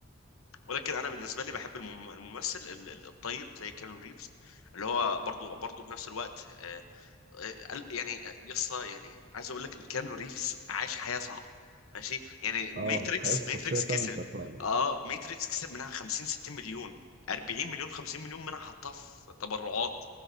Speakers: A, on the left; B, on the right.
A: ولكن انا بالنسبه لي بحب المم- الممثل ال- ال- الطيب زي كانون ريفز اللي هو برضو برضو في نفس الوقت آه، آه، يعني آه، يا اسطى يعني عايز اقول لك ان كيانو ريفز عاش حياه صعبه ماشي يعني ماتريكس
B: اه حياته الشخصيه
A: ماتريكس
B: فعلا
A: كسب
B: كانت صعبه
A: اه ماتريكس كسب منها 50 60 مليون 40 مليون 50 مليون منها حطها في تبرعات